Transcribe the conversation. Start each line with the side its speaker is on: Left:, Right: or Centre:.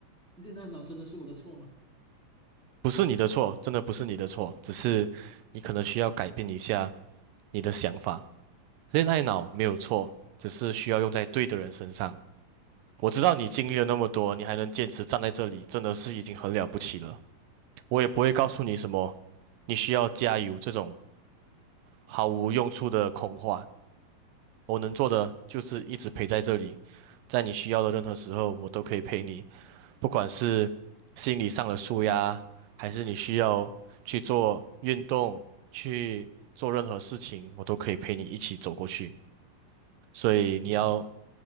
Centre: 恋爱脑真的是我的错吗？
Right: 不是你的错，真的不是你的错，只是你可能需要改变一下你的想法。恋爱脑没有错，只是需要用在对的人身上。我知道你经历了那么多，你还能坚持站在这里，真的是已经很了不起了。我也不会告诉你什么，
Centre: 嗯，
Right: 你需要加油这种毫无用处的空话。我能做的就是一直陪在这里，在你需要的任何时候，我都可以陪你，不管是心理上的舒压，还是你需要去做运动、去做任何事情，我都可以陪你一起走过去。所以你要
Centre: 好的，